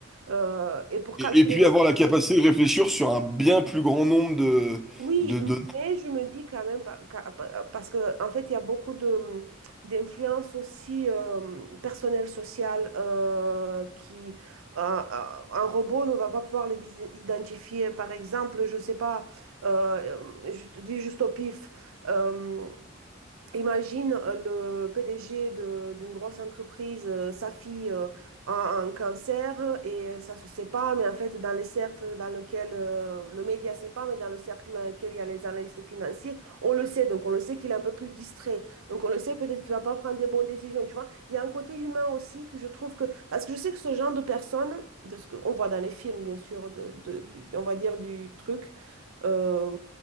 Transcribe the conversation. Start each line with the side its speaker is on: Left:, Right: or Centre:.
Right: Euh, et pour calculer
Centre: et, et puis
Right: des
Centre: avoir la capacité de réfléchir sur un bien plus grand nombre de
Right: Oui,
Centre: de données.
Right: mais je me dis quand même, pa- ca- pa- parce que en fait, il y a beaucoup de d'influences aussi euh, personnelles, sociales, euh, qui euh, euh, un robot ne va pas pouvoir les dis- identifier. Par exemple, je sais pas, euh, je te dis juste au pif, euh, Imagine euh, le PDG de- d'une grosse entreprise, euh, sa fille euh, a un cancer et ça se sait pas, mais en fait, dans les cercles dans lesquels euh, le média sait pas, mais dans le cercle dans lequel il y a les analystes financiers, on le sait, donc on le sait qu'il est un peu plus distrait. Donc on le sait peut-être qu'il va pas prendre des bonnes décisions, tu vois. Il y a un côté humain aussi que je trouve que. Parce que je sais que ce genre de personnes, de ce qu'on voit dans les films, bien sûr, de, de- du- on va dire du truc, euh,